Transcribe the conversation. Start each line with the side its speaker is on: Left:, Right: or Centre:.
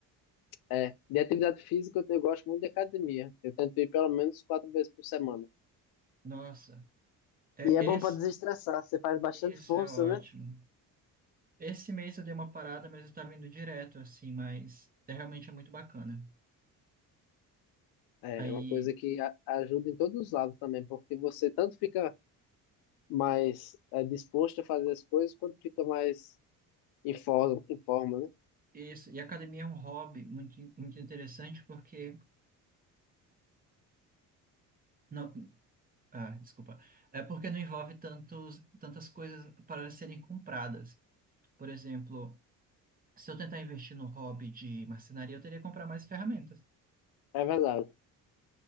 Left: É, de atividade física eu, te- eu gosto muito de academia. Eu tento ir pelo menos quatro vezes por semana.
Right: Nossa, é
Left: E é
Right: esse,
Left: bom para desestressar, você faz bastante
Right: isso
Left: força,
Right: é ótimo.
Left: né?
Right: Esse mês eu dei uma parada, mas eu estava indo direto, assim, mas é, realmente é muito bacana.
Left: É,
Right: Aí,
Left: é uma coisa que a- ajuda em todos os lados também, porque você tanto fica mais é, disposto a fazer as coisas, quanto fica mais em forma, em forma, né?
Right: isso, e academia é um hobby muito, in- muito interessante porque, não, ah, desculpa, é porque não envolve tantos, tantas coisas para serem compradas. Por exemplo, se eu tentar investir no hobby de marcenaria, eu teria que comprar mais ferramentas.
Left: É verdade,